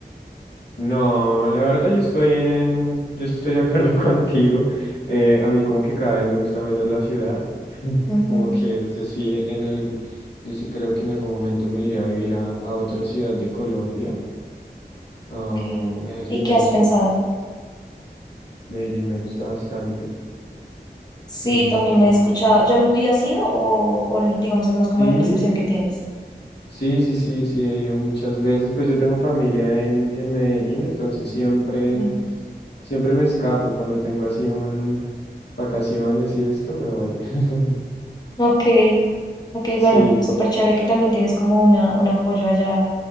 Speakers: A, on the left (about 90°); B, on the left (about 25°).
A: No, la verdad yo estoy en, yo estoy de acuerdo <laughs> contigo. Eh, a mí como que cada vez me gusta menos la ciudad. <laughs>
B: Ujú,
A: Como que es- yo sí en el, yo sí creo que en algún momento me iré a vivir a, a otra ciudad de Colombia. Ah,
B: ok.
A: Medellín
B: ¿Y qué
A: me
B: has
A: gusta
B: pensado?
A: mucho. Medellín me gusta bastante.
B: Sí,
A: No sé
B: también
A: si conoces
B: he escuchado.
A: Medellín.
B: Yo, n- ¿y has ido o, o digamos es más como
A: Sí,
B: la percepción que tienes?
A: Sí, sí, sí, sí, he ido muchas veces. Pues yo tengo familia en, en Medellín, entonces siempre,
B: Mm.
A: siempre me escapo cuando tengo así un vacaciones y esto, me voy. <laughs>
B: Ok, Ok,
A: Sí,
B: bueno, súper chévere que también tienes como una, un apoyo allá. O